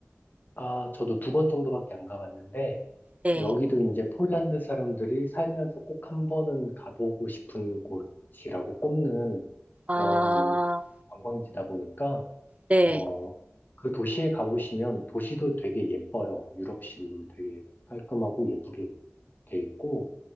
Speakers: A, on the left; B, on the right.
A: 아, 저도 두 번 정도밖에 안 가봤는데
B: 네.
A: 여기도 이제 폴란드 사람들이 살면서 꼭 한 번은 가보고 싶은 곳이라고 꼽는
B: 아,
A: 그런 관광지다 보니까
B: 네.
A: 어, 그 도시에 가보시면 도시도 되게 예뻐요. 유럽식으로 되게 깔끔하고 예쁘게 돼 있고